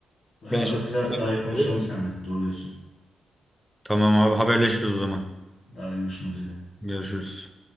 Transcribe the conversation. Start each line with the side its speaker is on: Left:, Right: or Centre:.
Left: Ben
Centre: Ben
Left: ara
Centre: şimdi
Left: sıra
Centre: yemek
Left: tarih
Centre: yiyeyim,
Left: konuşalım
Centre: olur mu?
Left: seninle. Doğru diyorsun.
Centre: Tamam abi haberleşiriz o zaman.
Left: Daha da görüşmek üzere.
Centre: Görüşürüz.